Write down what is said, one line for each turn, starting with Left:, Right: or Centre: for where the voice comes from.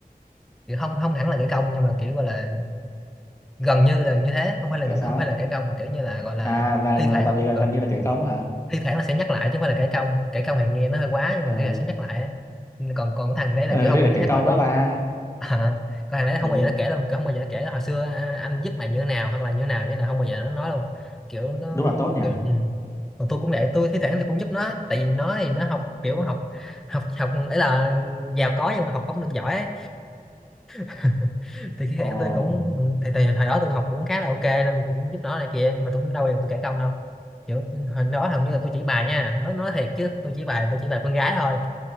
Centre: kiểu không không hẳn là kẻ công nhưng mà kiểu gọi là gần như là như thế không phải là
Left: kiểu
Centre: gần
Left: sao
Centre: không phải là kẻ công mà kiểu như là gọi là
Left: à là
Centre: thi
Left: là
Centre: thoảng
Left: tại vì gần,
Centre: ờ,
Left: gần như là kể công á hả
Centre: thi thoảng là sẽ nhắc lại chứ không phải là kẻ công kẻ công thì nghe nó hơi quá nhưng
Left: ờ
Centre: mà thi thoảng sẽ nhắc lại ấy. còn còn cái thằng đấy là
Left: ờ
Centre: kiểu không
Left: đây
Centre: mà
Left: là
Centre: nó
Left: kể
Centre: nhắc
Left: công
Centre: lên luôn
Left: đó ba
Centre: À, còn thằng đấy
Left: ừ
Centre: không bao giờ nó kể đâu không bao giờ nó kể hồi xưa à, anh giúp mày như thế nào hoặc là như thế nào như thế nào không bao giờ nó nói đâu kiểu nó
Left: đúng là tốt nhỉ
Centre: kiểu ừ. còn tôi cũng vậy tôi thi thoảng tôi cũng giúp nó tại vì nó thì nó học kiểu học học học ấy là giàu có nhưng mà học không được giỏi ấy. <laughs> thì thi
Left: ờ
Centre: thoảng tôi cũng ừ, thì, thì hồi đó tôi học cũng khá là ok nên tôi cũng giúp nó này kia nhưng mà tôi cũng đâu bao giờ tôi kể công đâu kiểu ừ, hồi đó hầu như là tôi chỉ bài nha nó nói thiệt chứ tôi chỉ bài tôi chỉ bài con gái thôi